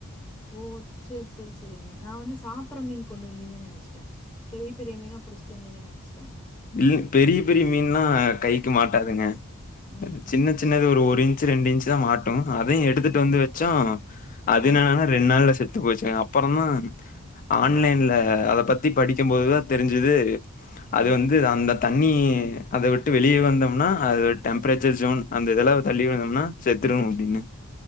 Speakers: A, on the left (about 20°); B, on the left (about 35°).
A: ஓ செரி செரி செரிங்க நா வந்து சாப்பற மீன் கொண்டு வந்தீங்கன் நெனைச்சிட்ட பெரிய பெரிய மீனா புடிச்சிட்டு வந்தீங்கன்னு நெனைச்சிட்ட
B: இல் பெரிய பெரிய மீன்லா கைக்கு மாட்டாதுங்க
A: ம்.
B: சின்ன சின்னது ஒரு இன்ச்சு ரெண்டு இன்ச்சுதா மாட் உட்டோம் அதையு எடுத்துட்டு
A: ம்.
B: வந்து வச்சோ அதுன்னானா
A: ம்.
B: ரெண்டு நாள்ல செத்து போச்சு ங்க அப்பறதா
A: ம்.
B: ஆன்லைன்ல அத பத்தி படிக்குபோதுதா தெரிஞ்சது
A: ம்.
B: அது வந்து இது அந்த தண்ணி அத விட்டு வெளிய வந்தோம்னா அது டெம்பரேச்சர் ஜோன் அந்த இதெல்லா தள்ளி வந்தோம்னா செத்ரு அப்டினு